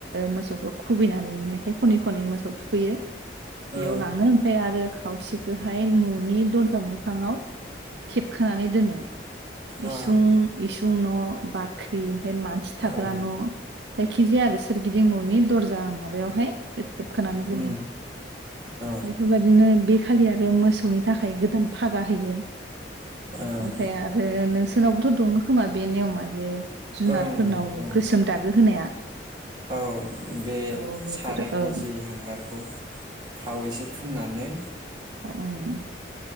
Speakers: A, on the right (about 70°); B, on the right (about 20°).
A: मोसौखौ खुबैनानै मेथाइ खनै खनै मोसौ थुखैयो बेयाव
B: औ
A: लाङो ओमफाय आरो खावसेखोहाय न'नि दरजा मोखाङाव थेबखोनानै दोनो। इसुं
B: औ
A: इसुं न' बाख्रि। <unintelligible> मानसि थाग्रा
B: औ
A: न'। जायखिजाया आरो सोरगिदिं न'नि दरजा माबायावहाय <unintelligible> खानानै दोनो
B: उम औ
A: बेफोरबायदिनो बे खालि आरो मोसौनि थाखाय गोदान फागा होयो।
B: ओं
A: ओमफ्राय आरो नोंस जोंनावबोथ' दङ खोमा बे नियमा जे जुनारफोरनाव
B: ओं दं
A: गोसोम दागो होनाया।
B: औ बे
A: औ बेफोरो
B: सारायनि
A: औ
B: जि हांगारखौ थाव एसे फुननानै
A: उम।